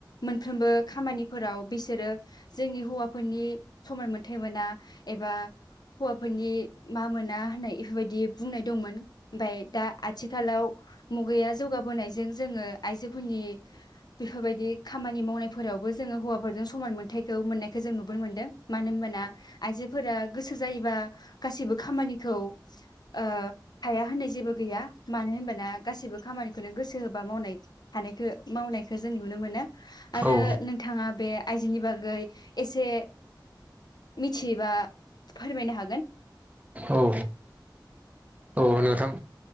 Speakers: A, on the left; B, on the right.
A: मोनफ्रोमबो खामानिफोराव बिसोरो जोंनि हौवाफोरनि समान मोनथ मोना एबा हौवाफोरनि मा मोना होननाय बेफोरबायदि बुंनाय दंमोन ओमाय दा आथिखालाव। मुगाया जौगाबोनायजों जोङो आइजोफोरनि बेफोरबायदि खामानि मावनायफोरावबो जोङो हौवाफोरजों समान मोनथथायखौ मोननायखौ जों नुबोनो मोनदों मानो होनबाना आइजोफोरा गोसो जायोबा गाैबो खामानिखौ आ हाया होननाय जेबो गैया मानो होनबा ना गासिबो खामानिखौनो गोसो होबा मावनाय हानायखो मावनायखौ जों नुनो मोनो आरो
B: औ औ
A: नोंथाङा बे आइजोनि बागै एसे मिथियोबा फोरमायनो हागोन।
B: औ औ नोंथां